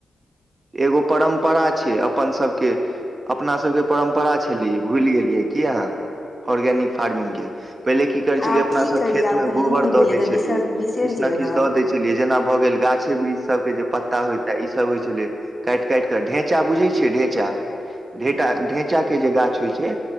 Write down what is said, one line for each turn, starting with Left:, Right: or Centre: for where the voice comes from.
Right: एगो परम्परा छै अपन सबके अपना सबके परम्परा छली ई भूलि गेलियै की अहाँ ऑर्गेनिक फार्मिंग के पहिले की करे छलिये
Left: आब
Right: अपना
Left: की
Right: सब
Left: करियै
Right: खेत
Left: आब
Right: में
Left: कनि
Right: गोबर
Left: उम्र
Right: द
Left: भेलै
Right: दय
Left: तऽ
Right: छलिय
Left: बिसर बिसरि
Right: किछु
Left: जेबै
Right: न किछ
Left: ने
Right: द दय छलियै छलियै जेना भऽ गेल गाछे वृक्ष सब के जे पत्ता होयताे इ सब होइ छले काटि काटि कऽ ढेचा बुझैत छियै ढेचा ढे ढेचाके जे गाछ होइ छै